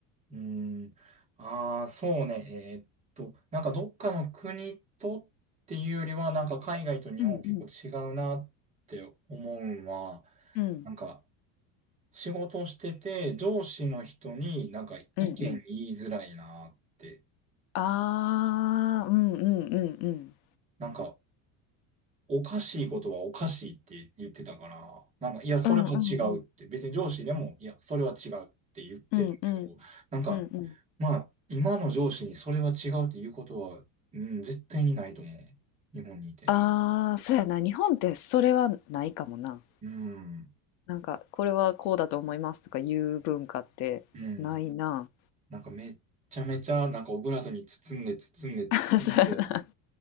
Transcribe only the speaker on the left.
うんうんうん
うんうんうんああーうんうんうん
うんうんうん
うんうんうん
うんうん
ああ、そうやな。日本ってそれはないかもな。
なんか、これはこうだと思いますとか言う文化ってないな。
<laughs> そうやな。